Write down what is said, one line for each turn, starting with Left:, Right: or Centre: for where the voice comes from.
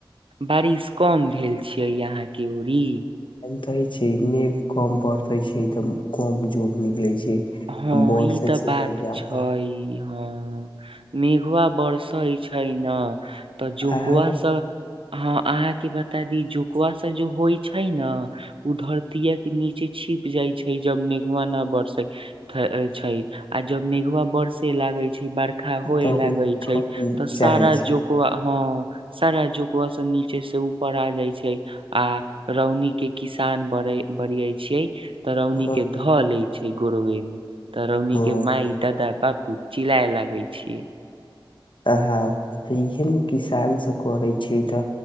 Right: बारिश कम भेल छियै अहाँके ओड़ी
Left: दै छै मेघ कम बरसै छै तऽ कम जोक निकले छै
Right: हँ
Left: आ बरसे
Right: ई तऽ
Left: छै
Right: बात
Left: जादा
Right: छै हँ मेघवा बरसै छै ने तऽ जोकुआ
Left: अहाँ के
Right: सब हँ अहाँके बता दी जोकुआ सब जो होइ छै ने उ धरतीया नीचे छिप जाइ छै जब मेघवा ना बरसै छै आ जब मेघवा बड़से लागै छै बर्खा होए
Left: तऽ
Right: लागै
Left: ठंडी
Right: छै तऽ सारा
Left: चाहे छै
Right: जोकवा हँ सारा जोकवा से नीचे से ऊपर आ जाय छै आ रौनी के किसान बड़ बढ़िय छियै तरौनी
Left: हँ
Right: के धऽ ले छै गोरवे मे तरौनी
Left: हँ
Right: के माय दादा बाबू चिलाइ लागै छिय
Left: हँ तऽ इहे ने किसान सब करे छी तऽ